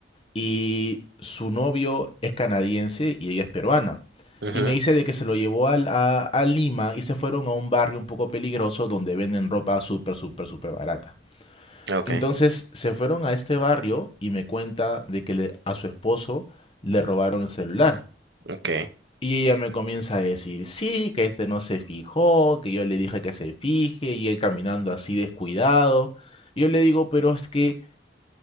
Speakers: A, on the left (about 30°); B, on the right (about 70°).
A: y su novio es canadiense y ella es peruana.
B: Ujú,
A: Y me dice de que se lo llevó al- a, a Lima y se fueron a un barrio un poco peligroso donde venden ropa súper, súper, súper barata.
B: Ok,
A: Entonces se fueron a este barrio y me cuenta de que le- a su esposo le robaron el celular.
B: ok,
A: Y ella me comienza a decir, sí, que este no se fijó, que yo le dije que se fije, y él caminando así descuidado. Y yo le digo, pero es que,